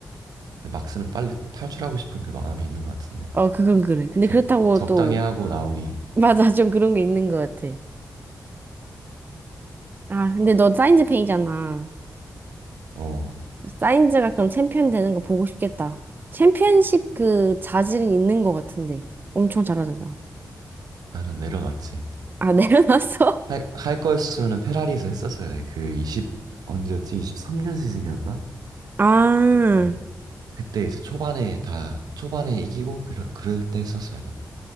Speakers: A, on the right; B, on the right.
A: 근데 막스는 빨리 탈출하고 싶은 그 마음이 있는 것 같은데.
B: 어, 그건 그래. 근데
A: 적,
B: 그렇다고
A: 적당히
B: 또
A: 하고 나오기.
B: <laughs> 맞아. 좀 그런 게 있는 것 같아. 아, 근데 너 사인즈 팬이잖아.
A: 어,
B: 사인즈가 그럼 챔피언 되는 거 보고 싶겠다. 챔피언십 그 자질은 있는 것 같은데. 엄청 잘하잖아.
A: 나는 내려놨지.
B: 아, 내려놨어?
A: 할,
B: <laughs>
A: 할 거였으면은 페라리에서 했었어야 돼. 그 20, 언제였지? 23년 시즌이었나?
B: 아,
A: 그때, 그때 이제 초반에 다, 초반에 이기고 그럴, 그럴 때 했었어야 돼.